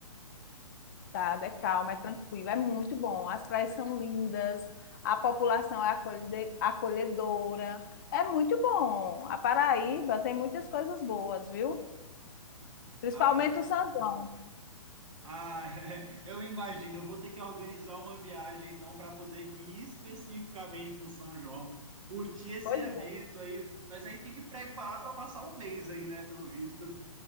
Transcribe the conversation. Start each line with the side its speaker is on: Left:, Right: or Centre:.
Left: tudo, é calma, é tranquilo, é muito bom. As praias são lindas, a população é acolhede- acolhedora. É muito bom. A Paraíba tem muitas coisas boas, viu? Principalmente
Right: Ai,
Left: o São João.
Right: Ah, <laughs> eu imagino. Eu vou ter que organizar uma viagem então para poder ir especificamente no São João, curtir esse
Left: Pois
Right: evento
Left: é.
Right: aí. Mas aí tem que preparar para passar um mês aí, né? Pelo visto.